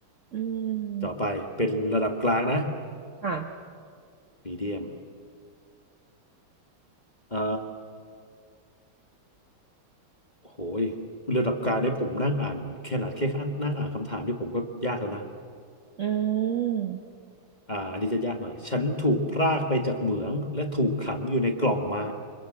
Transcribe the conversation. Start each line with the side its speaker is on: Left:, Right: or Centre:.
Right: อืม
Left: ต่อไปเป็นระดับกลางนะ
Right: ค่ะ
Left: มีเดียมเอ่อ โหยระดับกลางเนี่ยผมนั่งอ่านแค่ขนาดแค่นั่งอ่านคำถามที่ผมก็ยากแล้วนะ
Right: อืม
Left: อ่าอันนี้จะยากหน่อยฉันถูกพรากไปจากเหมืองและถูกขังอยู่ในกล่องไม้